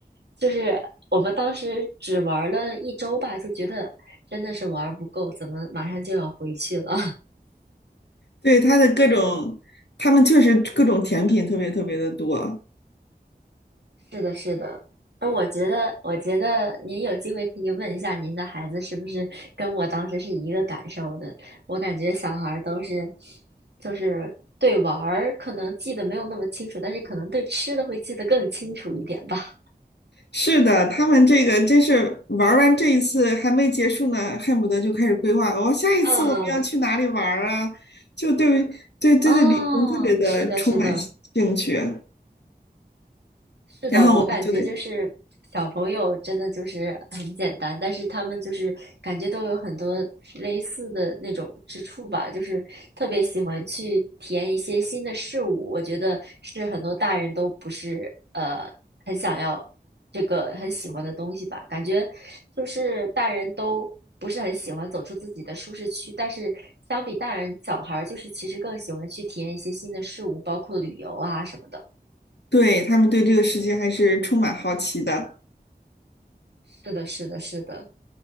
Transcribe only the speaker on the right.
就是我们当时只玩了一周吧，就觉得真的是玩不够，怎么马上就要回去了？
是的，是的。而我觉得，我觉得您有机会可以问一下您的孩子是不是跟我当时是一个感受的。我感觉小孩儿都是，就是对玩儿可能记得没有那么清楚，但是可能对吃的会记得更清楚一点吧。
嗯，
哦，
是的，是的。是的，
我感觉就是小朋友真的就是很简单，但是他们就是感觉都有很多类似的那种之处吧，就是特别喜欢去体验一些新的事物。我觉得是很多大人都不是呃很想要这个很喜欢的东西吧，感觉就是大人都不是很喜欢走出自己的舒适区，但是相比大人，小孩儿就是其实更喜欢去体验一些新的事物，包括旅游啊什么的。
是的，是的，是的。